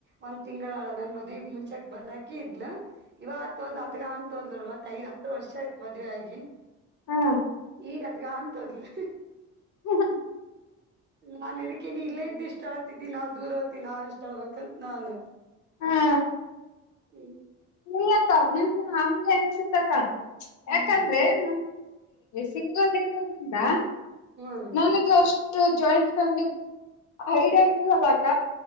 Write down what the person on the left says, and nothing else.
ಹಾ
ಹ್ಮ.
ಹಾ
ಇಲ್ಲಕ್ಕ ಹಂಗೆ ಅನ್ಸತ ಅಕ್ಕ
ಯಾಕಂದ್ರೆ ನ. ಸಿಂಗಲ್ ಇರೋದ್ರಿಂದ
ನನಗೆಷ್ಟ. ಷ್ಟ ಜಾಯಿಂಟ್ ಫ್ಯಾಮಿಲಿ ಐಡಿಯಾ ಇ ಅಲ್ಲಕ್ಕ.